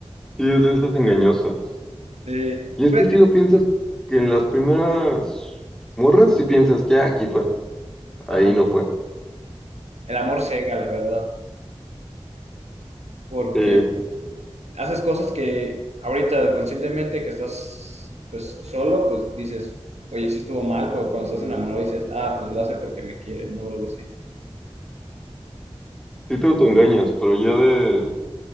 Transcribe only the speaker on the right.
Sí,
pues,
ajá,
el amor ciega, la verdad, porque
haces cosas que ahorita conscientemente que estás pues solo, pues dices, oye, sí estuvo mal, pero cuando estás enamorado dices, ah, pues lo hace porque me quiere, no, O algo así.